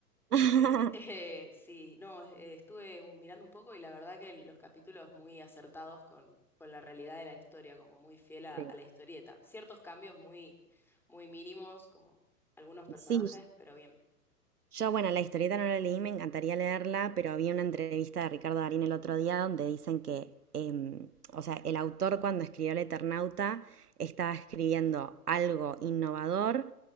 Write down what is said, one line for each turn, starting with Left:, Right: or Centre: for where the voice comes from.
Right: <laughs>
Centre: Eh, <laughs> eh, sí, no, eh, estuve un- mirando un poco y la verdad que los capítulos muy acertados con, con la realidad de la historia, como muy fiel a,
Right: Sí.
Centre: a la historieta. Ciertos cambios muy, muy mínimos, como algunos personajes,
Right: Sí,
Centre: pero bien,
Right: Yo, bueno, la historieta no la leí, me encantaría leerla, pero había una entrevista de Ricardo Darín el otro día donde dicen que, em, o sea, el autor cuando escribió El Eternauta estaba escribiendo algo innovador